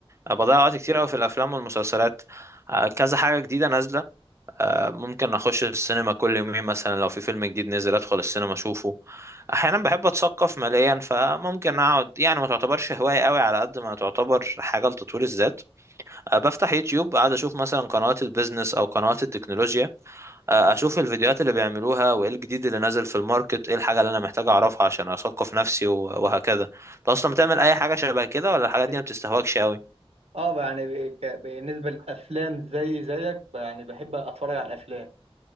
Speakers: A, on the right (about 25°); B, on the right (about 75°).
A: بضيع وقت كتير قوي في الافلام والمسلسلات آه، كذا حاجة جديدة نازلة ممكن اخش السينما كل يومين مثلا لو في فيلم جديد نزل ادخل السينما اشوفه احيانا بحب اتثقف ماليا فممكن اقعد يعني ما تعتبرش هواية قوي على قد ما تعتبر حاجة لتطوير الذات أه، بفتح يوتيوب قاعد اشوف مثلا قنوات البيزنس او قنوات التكنولوجيا أه، اشوف الفيديوهات اللي بيعملوها وايه الجديد اللي نازل في الماركت ايه الحاجة اللي انا محتاج اعرفها عشان اثقف نفسي و- وهكذا انت اصلا بتعمل اي حاجة شبه كده ولا الحاجات
B: بن-
A: دي ما بتستهواكش قوي
B: اه يعني ك- بالنسبه للافلام زي زيك يعني بحب اتفرج على الافلام